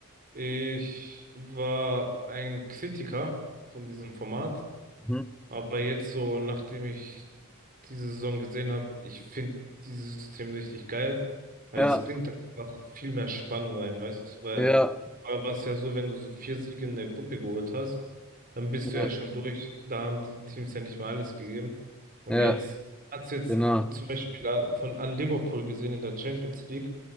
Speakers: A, on the right; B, in the centre.
A: ich war ein Kritiker von diesem Format,
B: Mhm.
A: aber jetzt so, nachdem ich diese Saison gesehen habe, ich finde dieses System richtig geil, weil
B: Ja,
A: es bringt einfach viel mehr Spannung rein, weißt du? Weil
B: ja,
A: vorher war es ja so, wenn du so vier Siege in der Gruppe geholt hast, dann bist du
B: ja,
A: ja schon durch. Da haben die Teams ja nicht mal alles gegeben. Und
B: ja,
A: jetzt hat's jetzt
B: genau.
A: an- zum Beispiel an, von an Liverpool gesehen in der Champions League.